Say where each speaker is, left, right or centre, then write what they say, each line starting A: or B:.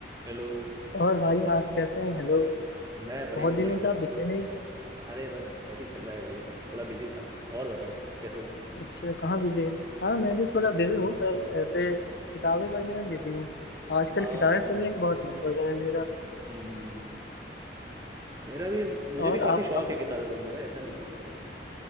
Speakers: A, on the right; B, on the left.
A: हेलो
B: और भाई आप कैसे हैं हेलो
A: मैं बढ़िया
B: बहुत
A: हूँ
B: दिनों
A: भाई
B: से आप दिखे नहीं
A: अरे बस ऐसे ही चल रहा है भाई थोड़ा बिजी था और बताओ कैसे हो
B: अच्छा कहाँ बिजी है हाँ मैं भी थोड़ा बिजी हूँ पर ऐसे किताबें पढ़ने में बिजी हूँ आजकल
A: हाँ
B: किताबें पढ़ने का बहुत मन कर रहा है मेरा
A: हम्म मेरा भी मुझे
B: और
A: भी काफ़ी
B: आप
A: शौक
B: आप
A: है किताबें पढ़ने का ऐसा नहीं है